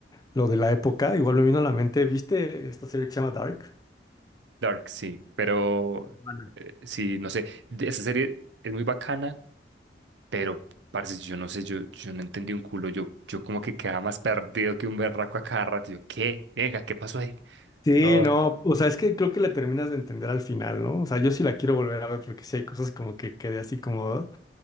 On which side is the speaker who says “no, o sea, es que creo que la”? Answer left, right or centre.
Left